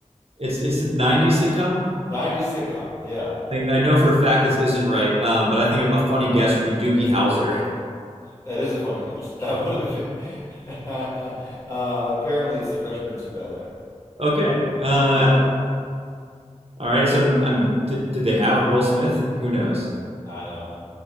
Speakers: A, on the right; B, on the left.
A: it's it's the '90s sitcom.
B: '90s sitcom. Yeah.
A: I, I know for a fact this isn't right, um, but I think a funny guess would be Doogie Howser. <laughs>
B: That is a funny guess. <laughs> That would have been. <laughs> uh, apparently, it's the Fresh Prince of Bel-Air.
A: Okay. Uh,
B: Yeah,
A: all right. So I'm, I'm did did they have Will Smith? Who knows?
B: I don't know.